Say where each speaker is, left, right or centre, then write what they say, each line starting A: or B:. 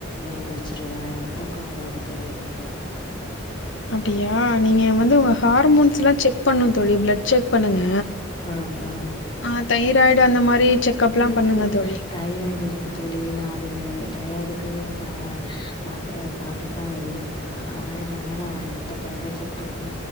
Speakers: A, on the left (about 25°); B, on the left (about 65°).
A: எந்திரிச்சிருவ தூ தூக்கோ வராது தோழி எனக்கு
B: அப்டியா நீங்க வந்து
A: ம்
B: உங்க ஹார்மோன்ஸ்ல்லா செக் பண்ணுந் தோழி பிளட் செக் பண்ணுங்க
A: ஆ ஆ
B: அ தையிராய்டு அந்த மாரி செக்கப்லாம்
A: இருக்கு
B: பண்ணுங்க தோழி.
A: தைராய்டு இருக்கு தோழி நா அது தைராய்டுக்கு டே மாத்திர சாப்ட்டுட்டு தா இருக் க ஆனா என்னனா நா இப்போ தைராய்டு செக் பண்ணி